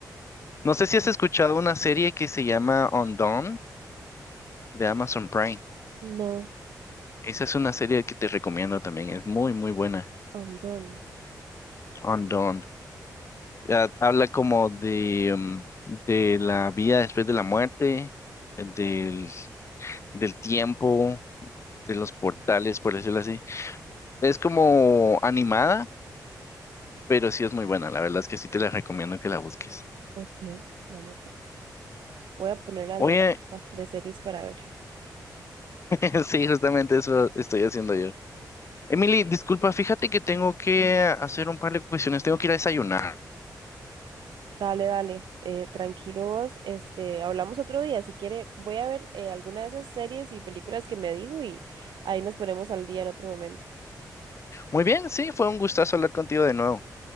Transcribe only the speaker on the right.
No,
andamos.
Ok, vamos a, voy a ponerla en
la lista de series para ver.
Dale, dale, eh, tranquilo vos. Este, hablamos otro día. Si quiere, voy a ver eh, alguna de esas series y películas que me dijo y ahí nos ponemos al día en otro momento.